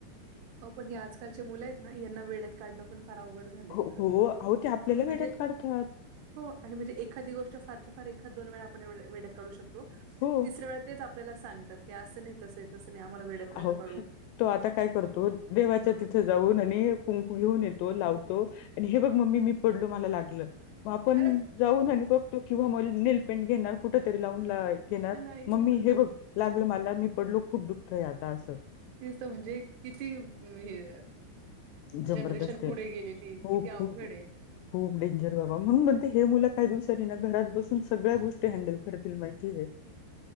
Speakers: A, on the right; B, on the left.
A: अवो पण हे आजकालचे मुलं आहेत ना, यांना वेड्यात काढणं पण फार अवघड झालंय. खरं
B: हो हो
A: तर
B: अहो ते आपल्याला
A: म्हणजे
B: वेड्यात काढतात.
A: हो आणि म्हणजे एखादी गोष्ट फार तर फार एखाद दोन वेळा आपण वेड्यात काढू शक तो
B: हो
A: तिसऱ्या वेळेस तेच आपल्याला सांगतात हे असं नाही तसं ये तसं नाही आम्हाला वेड्यात
B: अहो
A: नका काढू.
B: तो आता काय करतो देवाच्या तिथे जाऊन आणि कुंकू घेऊन येतो लावतो आणि हे बघ मम्मी मी पडलो मला लागलं मग आपण
A: अरे
B: जाऊन आणि बघतो किंवा मग नेल पेंट घेणार कुठ तरी लावून ला घेणार
A: नाही
B: मम्मी
A: गं.
B: हे बघ लागलं मला मी पडलो खूप दुखतय आता असं
A: तेच म्हणजे किती हे
B: जबरदस्त
A: जनरेशन
B: आहे.
A: पुढे गेलेलीये
B: खूप
A: किती अवघड
B: खूप
A: आहे
B: खूप डेंजर बाबा म्हणून म्हणते हे मुलं काही दिवसांनी ना घरात बसून सगळ्या गोष्टी हँडल करतील माहिती काय